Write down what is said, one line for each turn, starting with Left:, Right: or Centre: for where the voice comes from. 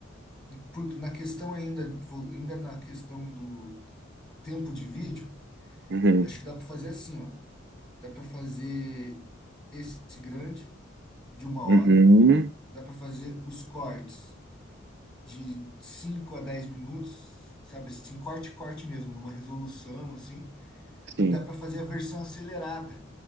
Centre: por- na questão ainda, vo- ainda na questão do tempo de vídeo,
Right: Uhum.
Centre: acho que dá para fazer assim, ó. Dá para fazer esse grande de uma
Right: Uhum.
Centre: hora, dá para fazer os cortes de 5 a 10 minutos, sabe? Assim, corte, corte mesmo, numa resolução assim.
Right: Sim.
Centre: e dá para fazer a versão acelerada.